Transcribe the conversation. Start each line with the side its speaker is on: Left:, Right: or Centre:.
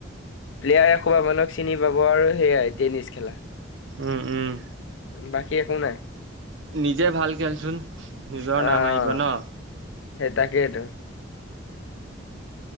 Left: প্লেয়াৰ এসোবাহ মানুহক চিনি পাব আৰু সেয়াই টেনিছ খেলা
Right: ওম ওম
Left: বাকী একো নাই
Right: নিজে ভাল খেলচোন নিজৰ
Left: অ',
Right: নাম আহিব ন
Left: সেই তাকেইটোো